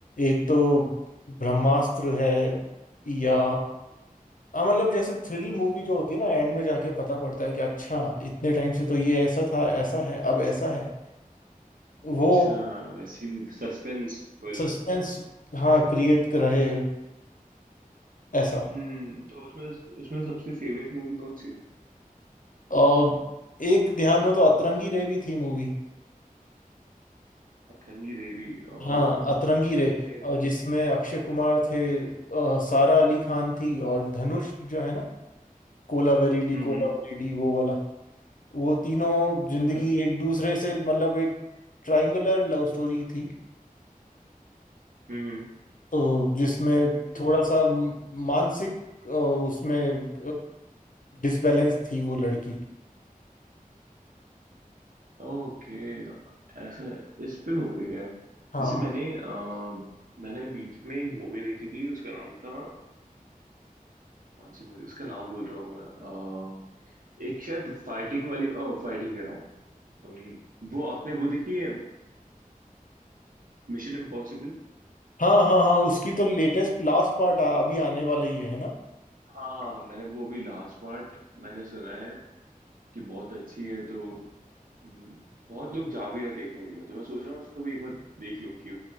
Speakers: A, on the left; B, on the right.
A: एक तो ब्रह्मास्त्र है या हाँ, मतलब जैसे थ्रिल मूवी जो होती है ना एंड में जाके पता पड़ता है कि अच्छा इतने टाइम से तो ये ऐसा था ऐसा है अब ऐसा है
B: अच्छा
A: वो
B: वैसी सस्पेंसफुल
A: सस्पेंस हाँ क्रिएट रहे ऐसा
B: हम्म तो उसमें उसमें सबसे फेवरेट मूवी कौन सी है
A: और एक ध्यान हो तो अतरंगी रे भी थी मूवी
B: अतरंगी रेवी अम,
A: हाँ अतरंगी रे
B: नहीं,
A: और जिसमें
B: मुझ-
A: अक्षय कुमार थे अ, सारा अली खान थी और धनुष जो है ना कोलावेरी
B: हम्म
A: कोलावेरी
B: हम्म
A: वो वाला वो तीनों जिंदगी
B: अच-
A: एक दूसरे से मतलब एक ट्रायंगुलर लव स्टोरी थी
B: हम्म हम्म,
A: तो जिसमें
B: अच्छा
A: थोड़ा सा म- मानसिक अ, उसमें डिसबैलेंस थी वो लड़की
B: ओके ऐसा इस पे मूवी है
A: हाँ
B: जैसे मैंने अ, मैंने बीच में एक मूवी देखी थी उसका नाम था कौन सी मूवी उसका नाम भूल रहा हूँ मैं अह, एक शायद फाइटिंग वाली फाइटिंग कह रहा हूँ अम, वो आपने वो देखी है मिशन इम्पॉसिबल
A: हाँ हाँ हाँ उसकी तो लेटेस्ट लास्ट पार्ट अभी आने वाला ही है ना
B: हाँ हाँ मैंने वो अभी लास्ट पार्ट मैंने सुना है कि बहुत अच्छी है तो हम्म, बहुत लोग जा भी रहे हैं देखने के लिए तो मैं सोच रहा हूँ उसको भी एक बार देख लूँ कि